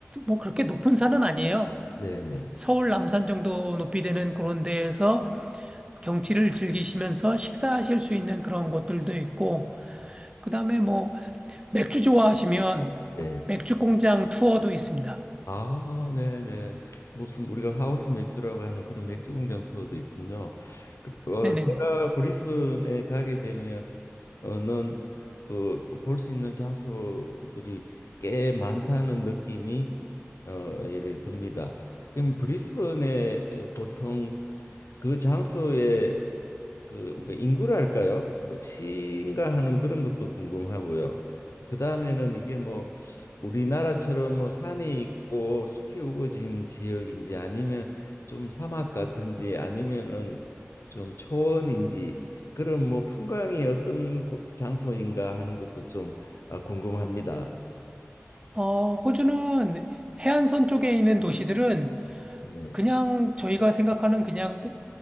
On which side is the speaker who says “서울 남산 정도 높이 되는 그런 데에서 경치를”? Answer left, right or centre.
Right